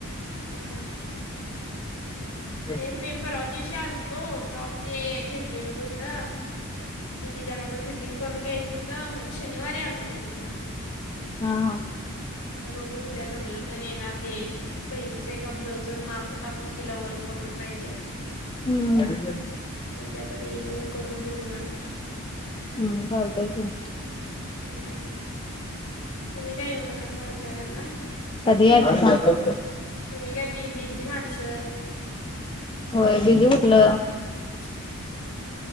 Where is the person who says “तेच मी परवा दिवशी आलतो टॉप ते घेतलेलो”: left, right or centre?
Left